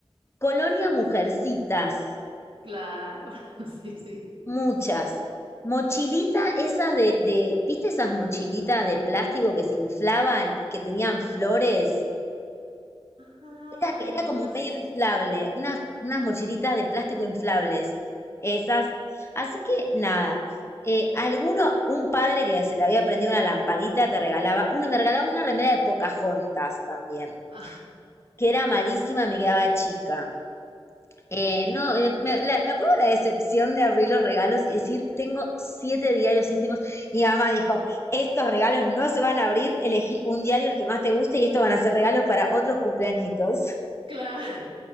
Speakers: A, on the left (about 25°); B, on the right (about 60°).
A: Colonia Mujercitas,
B: <laughs> claro, <laughs> sí, sí.
A: muchas. Mochilita esas de, de, ¿viste esas mochilitas de plástico que se inflaban y que tenían flores?
B: Ay,
A: Era, era
B: no,
A: como
B: no sé.
A: medio inflable,
B: pero-
A: unas, unas mochilitas de plástico inflables, esas. Así que nada, eh, alguno, un padre que se le había prendido una lamparita te regalaba, uno me regalaba una remera de Pocahontas también,
B: Ah,
A: que era malísima y me quedaba chica. Eh, no, eh, me, la- me acuerdo la decepción de abrir los regalos y decir, tengo siete diarios íntimos. Y mi mamá dijo, estos regalos no se van a abrir, elegí un diario el que más te guste y estos van a ser regalos para otros cumpleañitos.
B: claro,